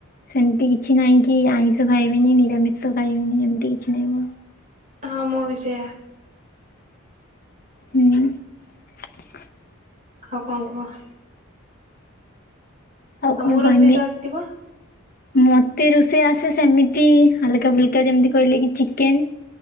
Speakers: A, on the left; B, on the right.
A: ସେମିତି କିଛି ନାହିଁ। କି ଆଇିଁଷ ଖାଇବିନି, ନିରାମିଷ ଖାଇବିନି, ଏମିତି କିଛି ନାହିଁ।
B: ହଁ ।ମୁଁ ବି ସେୟା।
A: ହୁଁ। ହ <inaudible>
B: ଆଉ କଣ କୁହ?
A: ଆଉ
B: ତମକୁ
A: କଣ
B: ରୋଷେଇତ
A: କହିମି
B: ଆସିଥିବ?
A: ମତେ ରୋଷେଇ ଆସେ ସେମିତି ହାଲକା ଫୁଲକା ଯେମିତି କହିଲେ କି ଚିକେନ?